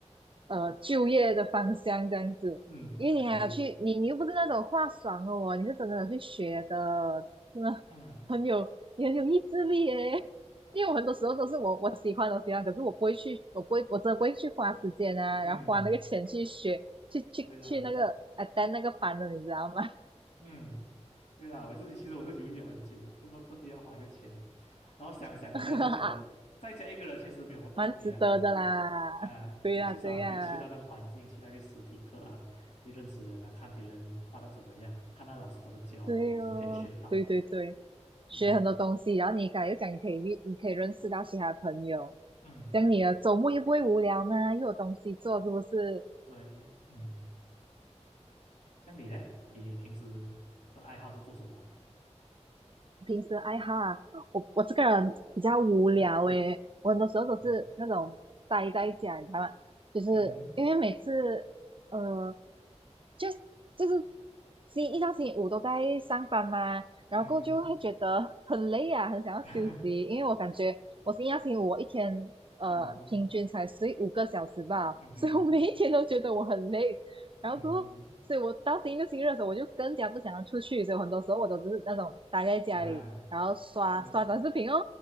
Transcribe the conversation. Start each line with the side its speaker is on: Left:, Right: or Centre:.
Right: 呃就业的方向这样子。
Left: 嗯，
Right: 因为你还要去，
Left: 可以，
Right: 你你又不是那种话爽的哦，你是真的有去学的，真的很有你很有意志力耶。
Left: 嗯
Right: 因为我很多时候都是我我喜欢的东西啊，可是我不会去，我不会，我真的不会去花时间啊，
Left: 嗯，
Right: 然后花那个钱去学，去去去那个啊单那个班的，
Left: 微辣，
Right: 你知道吗？
Left: 嗯，微辣，我自己其实我是犹豫了很久，特不特地要花一个钱，然后想想了一下就觉得再加一个人确实没有动力啊，
Right: <laughs> 嗯，<laughs> 蛮值得的啦。
Left: 其实啊，
Right: 对呀、
Left: 你至少可以去到那个环境，
Right: 对呀、
Left: 去那个实体课啊，去认识人啊，看别人画的怎么样啊，看他老师怎么教啊，
Right: 对哦，
Left: 也是可以学到，
Right: 对对对，
Left: 嗯
Right: 学很多东西，然后你刚才又讲你可以遇，你可以认识到其他朋友，
Left: 嗯，
Right: 这样你的周末又不会无聊啊，又有东西做，是不是？
Left: 对，嗯，像你嘞，你平时的爱好是做什么？
Right: 平时爱好啊，我我这个人比较无聊诶，我很多时候都是那种待在家，
Left: 不会啊，
Right: 你知道吗？就是因为每次，
Left: 嗯
Right: 呃，就就是星期一到星期五都在上班嘛，
Left: 嗯哼。
Right: 然后就会觉得很累啊，很想要休息，
Left: <laughs>
Right: 因为我感觉我星期一到星期五我一天呃平均才睡五个小时吧，
Left: 哦，嗯哼，
Right: 所以我每一天都觉得我很累，然后之后。
Left: 嗯，
Right: 所以我到星期六、星期日的时候，我就更加不想要出去，所以很多时候我都是那种待在家里，
Left: 哎，
Right: 然后刷刷短视频哦。
Left: 没